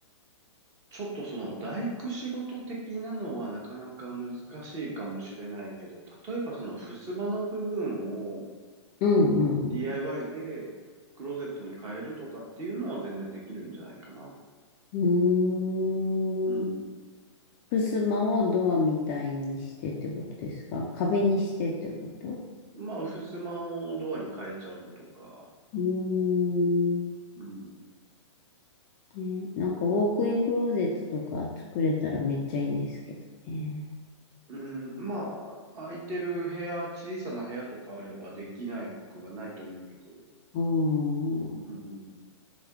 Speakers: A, on the right; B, on the left.
A: ちょっとその大工仕事的なのはなかなか難しいかもしれないけど、例えばその襖の部分を
B: うんうん
A: DIY でクローゼットに変えるとかっていうのは全然できるんじゃないかな。
B: うん。
A: うん。
B: うーん襖をドアみたいにしてってことですか壁にしてってこと
A: まあ、襖をドアに変えちゃうとか。
B: うーん。
A: うん。
B: ね、なんかウォークインクローゼットとか作れたらめっちゃいいんですけどね。
A: うん、まあ、空いてる部屋、小さな部屋とかあればできなくはないと思うけど。
B: うーん。
A: うん。